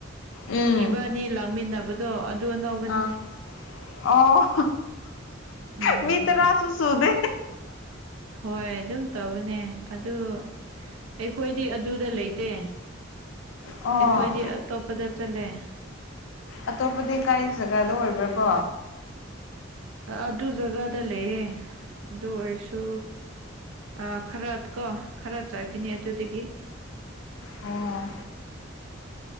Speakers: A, on the left; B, on the right.
A: ꯎꯝ
B: ꯏꯕꯥꯟꯅꯤ ꯂꯥꯛꯃꯤꯟꯅꯕꯗꯣ ꯑꯗꯨ ꯑꯅꯧ
A: ꯑ ꯑꯣ
B: ꯎꯝ
A: ꯃꯤ ꯇꫪꯥ ꯁꯨ ꯁꯨꯗꯦ
B: ꯍꯣꯏ ꯑꯗꯨꯝ ꯇꯧꯕꯅꯦ ꯑꯗꯨ ꯑꯩꯈꯣꯏꯗꯤ ꯑꯗꯨꯗ ꯂꯩꯇꯦ
A: ꯑꯣ
B: ꯑꯩꯈꯣꯏꯗꯤ ꯑꯇꯣꯞꯄꯗ ꯆꯠꯂꯦ
A: ꯑꯇꯣꯞꯄꯗꯤ ꯀꯔꯤ ꯖꯒꯥꯗꯥ ꯑꯣꯏꯕ꯭ꯔꯥ ꯀꯣ
B: ꯑꯗꯨ ꯖꯒꯥꯗ ꯂꯩꯌꯦ ꯑꯗꯨ ꯑꯣꯏꯔꯁꯨ ꯑ ꯈꯔ ꯀꯣ ꯈꯔ ꯆꯠꯀꯅꯤ ꯑꯗꯨꯗꯒꯤ
A: ꯑꯣ